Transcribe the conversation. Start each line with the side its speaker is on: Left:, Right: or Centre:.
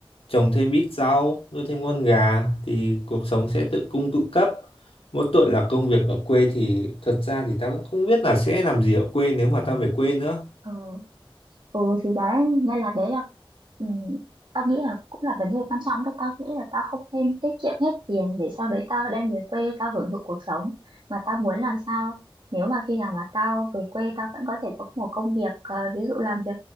Left: trồng thêm ít rau nuôi thêm con gà thì cuộc sống sẽ tự cung tự cấp mỗi tội là công việc ở quê thì thật ra thì tao cũng không biết là sẽ làm gì ở quê nếu mà tao về quê nữa
Right: Ừ. ừ thì đấy nên là đấy là ừ, tao nghĩ là cũng là vấn đề quan trọng đấy tao nghĩ là tao không nên tiết kiệm hết tiền để sau đấy tao đem về quê tao hưởng thụ cuộc sống mà tao muốn làm sao nếu mà khi nào mà tao về quê tao vẫn có thể có một công việc ờ, ví dụ làm việc